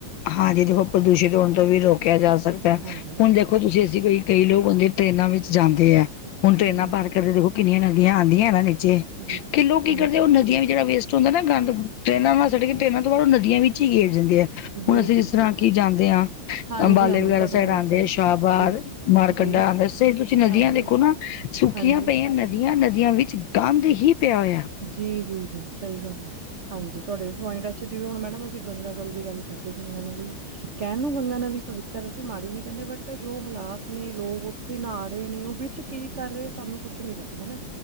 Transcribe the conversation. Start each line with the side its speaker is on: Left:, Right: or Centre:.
Left: ਹਾਂਜੀ ਦੇਖੋ ਪ੍ਰਦੂਸ਼ਿਤ ਹੋਣ ਤੋਂ ਵੀ
Right: ਜੀ
Left: ਰੋਕਿਆ ਜਾ ਸਕਦਾ ਹੈ
Right: ਹਾਂਜੀ
Left: ਹੁਣ ਦੇਖੋ- ਦੇਖੋ ਤੁਸੀਂ ਅਸੀਂ ਕੋਈ ਕਈ ਲੋਕ ਹੁੰਦੇ ਟ੍ਰੇਨਾਂ ਵਿੱਚ ਜਾਂਦੇ ਹੈ ਹੁਣ ਟ੍ਰੇਨਾਂ
Right: ਜੀ
Left: ਭਰ- ਕਰਦੇ ਦੇਖੋ ਕਿੰਨੀਆਂ ਨਦੀਆਂ ਆਉਂਦੀਆਂ ਨੇ ਨਾ ਨੀਚੇ
Right: ਜੀ
Left: ਕਿ ਲੋਕ ਕੀ
Right: ਹਾਂਜੀ
Left: ਕਰਦੇ ਉਹ ਨਦੀਆਂ ਵੀ ਜਿਹੜਾ ਵੇਸਟ- ਹੁੰਦਾ ਨਾ ਗੰਦ ਟ੍ਰਰੇਨਾਂ ਨਾਲ ਸੁੱਟ ਕੇ ਟ੍ਰੇਨਾਂ ਤੋਂ ਬਾਹਰ ਉਹ ਨਦੀਆਂ ਵਿੱਚ ਹੀ ਗੇਰ ਜਾਂਦੇ ਆ-
Right: ਜੀ
Left: ਹੁਣ ਅਸੀਂ
Right: ਜੀ
Left: ਜਿਸ ਤਰ੍ਹਾਂ
Right: ਜੀ
Left: ਕਿ ਜਾਂਦੇ ਹਾਂ
Right: ਹਾਂਜੀ
Left: ਅੰਬਾਲੇ
Right: ਹਾਂਜੀ
Left: ਵਗੈਰਾ
Right: ਤੁਹਾਡੀ
Left: ਸਾਈਡ
Right: ਗੱਲ
Left: ਆਉਂਦੇ
Right: ਸਹੀ
Left: ਆ ਸ਼ਾਹਬਾਦ-
Right: ਜੀ
Left: ਮਾਰ
Right: ਜੀ
Left: ਕੰਡਾਉਦਾੱਸ ਤੁਸੀਂ ਨਦੀਆਂ
Right: ਹਾਂਜੀ
Left: ਦੇਖੋ ਨਾ ਸੁੱਕੀਆਂ
Right: ਹਾਂਜੀ
Left: ਪਈਆਂ ਨਦੀਆਂ ਨਦੀਆਂ ਵਿੱਚ ਗੰਦ ਹੀ- ਪਿਆ ਹੋਇਆ-
Right: ਜੀ ਜੀ ਜੀ ਸਹੀ ਗੱਲ ਐ - ਹਾਂਜੀ ਤੁਹਾਡੇ ਵੀ ਪੋਇੰਟ ਅੱਛੇ ਹੁਣ ਮੈਡਮ ਅਸੀਂ ਗੰਗਾ ਜਲ ਦੀ ਗੱਲ ਕਰਦੇ ਗੰਗਾ ਨਦੀ ਦੀ - ਕਹਿਣ ਨੂੰ ਗੰਗਾ ਨਦੀ ਪਵਿੱਤਰ ਅਸੀਂ ਮਾੜੀ ਨੀ ਕਹਿੰਦੇ ਬਟ ਜੋ ਹਾਲਾਤ ਨੇ ਲੋਕ- ਥੇ ਨਹਾ ਰੇ ਨੇ ਉਹ ਵਿੱਚ ਕੀ ਕਰ ਰਹੇ ਸਾਨੂੰ ਕੁਛ ਨੀ ਪਤਾ ਹਨਾ-